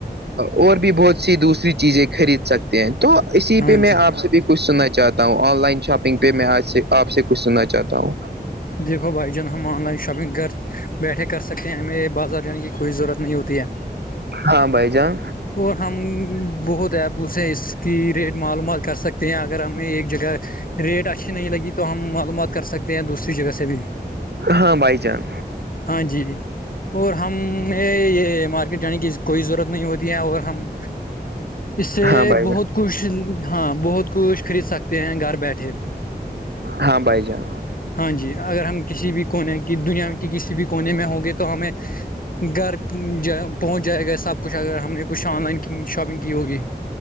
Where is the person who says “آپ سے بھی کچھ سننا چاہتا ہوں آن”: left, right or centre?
Right